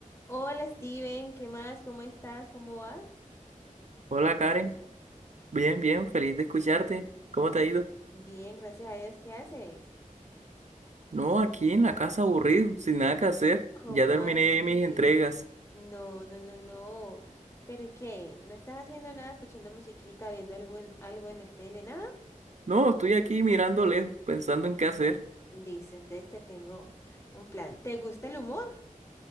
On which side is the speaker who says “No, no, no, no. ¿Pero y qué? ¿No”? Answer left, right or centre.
Left